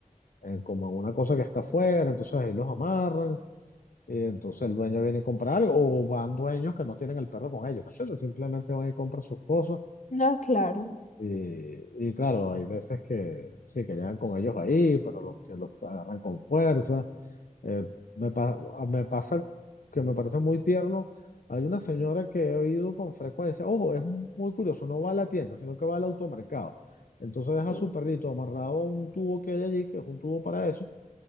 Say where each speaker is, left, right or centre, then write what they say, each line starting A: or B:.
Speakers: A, on the left; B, on the left.
A: eh, como en una cosa que está afuera, entonces ahí los amarran, y entonces el dueño viene y compra algo, o van dueños que no tienen el perro con ellos, entonces simplemente van y compran sus cosas.
B: Ah, claro,
A: Y, y claro, hay veces que sí, que llegan con ellos ahí, pero los que los agarran con fuerza. Eh, me, pa- a- me pasa que me parece muy tierno. Hay una señora que he oído con frecuencia, ojo, es muy curioso, no va a la tienda, sino que va al automercado. Entonces
B: sí.
A: deja a su perrito amarrado a un tubo que hay allí, que es un tubo para eso,